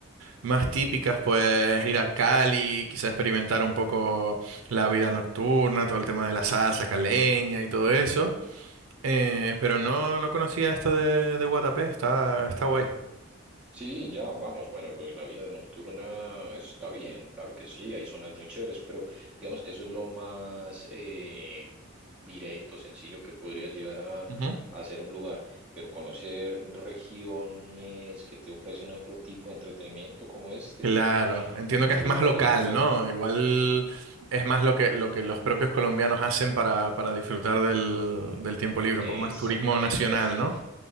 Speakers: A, on the right; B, in the centre.
A: más típicas, pues ir a Cali, quizás experimentar un poco la vida nocturna, todo el tema de la salsa caleña y todo eso. Eh, pero no, no conocía esto de, de Guatapé. Está, está guay.
B: Sí, ya, vamos. Bueno, lo de la vida nocturna está bien, claro que sí, hay zonas muy chéveres, pero digamos que eso es lo más eh, directo, sencillo que podrías llegar a, a
A: Ujú.
B: hacer un lugar, pero conocer regiones que te ofrecen otro tipo de entretenimiento como este,
A: Claro,
B: pues,
A: entiendo
B: vale,
A: que es más
B: vale
A: local,
B: la pena.
A: ¿no? Igual es más lo que, lo que los propios colombianos hacen para, para disfrutar del, del tiempo libre,
B: Exactamente
A: un poco más turismo nacional,
B: así.
A: ¿no?